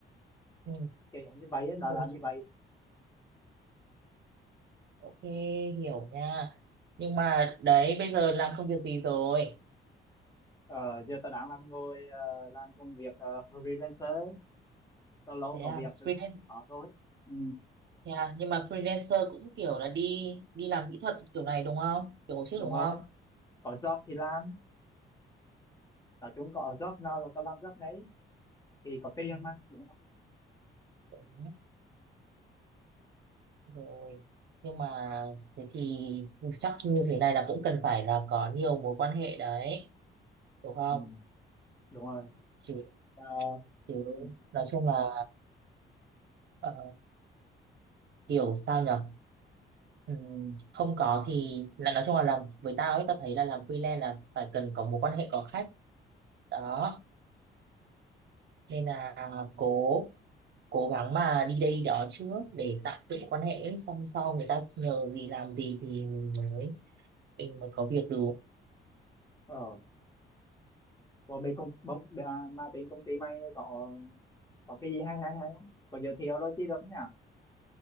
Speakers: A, on the right; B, on the left.
A: Ừ,
B: kiểu giống như vậy ấy, đó
A: tớ
B: là
A: hiểu.
B: như vậy
A: ok, hiểu nha. Nhưng mà đấy, bây giờ làm công việc gì rồi?
B: ờ, giờ tao đang làm ngồi ờ, làm công việc ờ, freelancer tao lâu
A: Thế
B: có
A: à,
B: việc
A: freelance.
B: thì tao cũng có thôi ừ,
A: Thế à, nhưng mà freelancer cũng kiểu là đi đi làm kỹ thuật kiểu này đúng không? Kiểu hồi trước
B: đúng
A: đúng
B: rồi
A: không?
B: có job thì làm nói chung có job nào là tao làm job đấy thì có tiền
A: Ừ,
B: mà đúng không
A: đúng. rồi nhưng mà thế thì chắc như thế này là cũng cần phải là có nhiều mối quan hệ đấy hiểu không
B: ừ, đúng rồi
A: chứ
B: Ờ,
A: chứ
B: ừ,
A: nói chung là ờ, kiểu sao nhở Ừm, không có thì là nói chung là làm với tao ấy tao thấy là làm freelance là phải cần có mối quan hệ có khách đó nên là cố cố gắng mà đi đây đó trước để tạo dựng quan hệ xong sau người ta nhờ gì làm gì thì mình mới mình mới có việc được
B: ờ còn bên công bóng à, mà bên công ty mày có có cái gì hay hay hay không? Có giới thiệu đôi chứ được nhỉ?